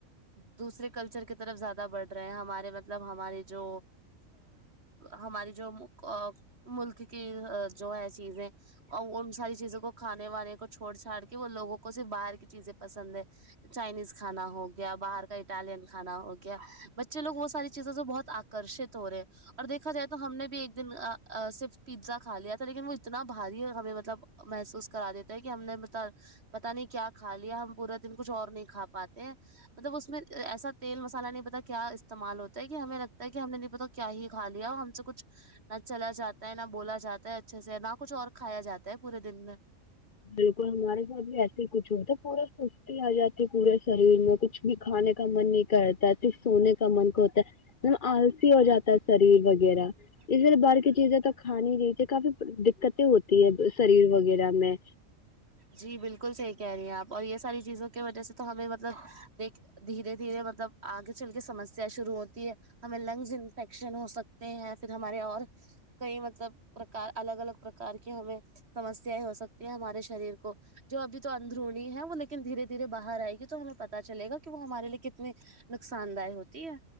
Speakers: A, on the right (about 50°); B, on the left (about 45°).
A: دوسرے کلچر کی طرف زیادہ بڑھ رہے ہیں ہمارے مطلب ہمارے جو ہماری جو ملک کی جو ہے چیزیں اور ان ساری چیزوں کو کھانے وانے کو چھوڑ چھاڑ کے وہ لوگوں کو صرف باہر کی چیزیں پسند ہے چائنیز کھانا ہو گیا باہر کا اٹالین کھانا ہو گیا بچے لوگ وہ ساری چیزیں جو بہت کررشے توورے اور دیکھا جائے تو ہم نے بھی ایک دن صرف پیزا کھا لیا تھا لیکن وہ اتنا بھاری ہمیں مطلب محسوس کرا دیتا ہے کہ ہم نے ب پتا نہیں کیا کھا لیا ہم پورا دن کچھ اور نہیں کھا پاتے ہیں مطلب اس میں ایسا تیل مسالہ نہیں پتا کیا استعمال ہوتا ہے کہ ہمیں لگتا ہے کہ ہم نے نہیں پتا کیا ہی کھا لیا اور ہم سے کچھ نہ چلا جاتا ہے نہ بولا جاتا ہے اچھے سے نہ کچھ اور کھایا جاتا ہے پورے دن میں
B: بالکل ہمارے ساتھ بھی ایسے ہی کچھ ہوتا پورا سستی آ جاتی پورے شریر میں کچھ بھی کھانے کا من نہیں کرتا سونے کا کا من کو ہوتا ہے مطلب آلسی ہو جاتا ہے شریر وغیرہ
A: جی
B: اھر بار کی چیزیں تو کھاانی رہ تھی کافی دقتیں ہوتی ہے شریر وغیرہ میں
A: جی بالکل صحیح کہہ رہی ہیں آپ اور یہ ساری چیزوں کی وجہ سے تو ہمیں مطلب دیکھ دھیرے دھیرے مطلب آگے چل کے سمسیا شروع ہوتی ہے ہمیں لنگز انفیکشن ہو سکتے ہیں پھر ہمارے اور کئی مطلب پرکار الگ الگ پرکار کی ہمیں سمسیایں ہو سکتی ہیں ہمارے شریر کو جو ابھی تو اندرونی ہے وہ لیکن دھیرے دھیرے باہر آئے گی تو ہمیں پتا چلے گا کہ وہ ہمارے لیے کتنے نقصان دہ ہوتی ہے